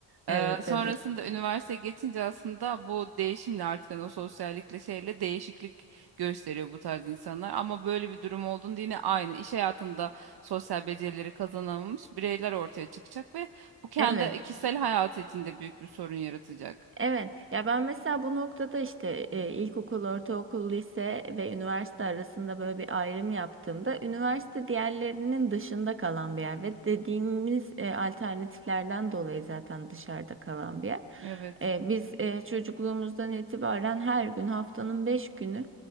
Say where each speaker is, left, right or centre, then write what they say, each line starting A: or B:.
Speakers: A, on the right; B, on the right.
A: evet,
B: E, sonrasında
A: evet.
B: üniversiteye geçince aslında bu değişimle artık hani o sosyallikle şeyle değişiklik gösteriyor bu tarz insanlar. Ama böyle bir durum olduğunda yine aynı iş hayatında sosyal becerileri kazanamamış bireyler ortaya çıkacak ve bu kendi
A: Evet.
B: kişisel hayatı içinde büyük bir sorun yaratacak.
A: Evet ya ben mesela bu noktada işte e, ilkokul, ortaokul, lise ve üniversite arasında böyle bir ayrım yaptığımda üniversite diğerlerinin dışında kalan bir yer ve dediğimiz e, alternatiflerden dolayı zaten dışarıda kalan bir yer.
B: Evet.
A: E, biz e, çocukluğumuzdan itibaren her gün haftanın beş günü